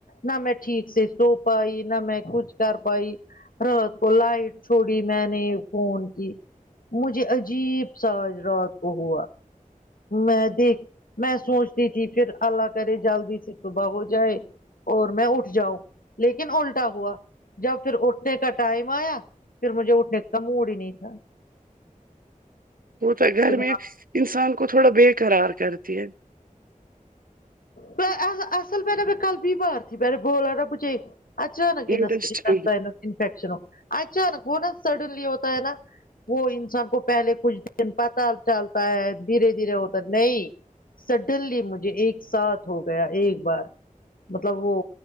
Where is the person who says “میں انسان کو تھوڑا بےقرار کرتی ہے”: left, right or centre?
Right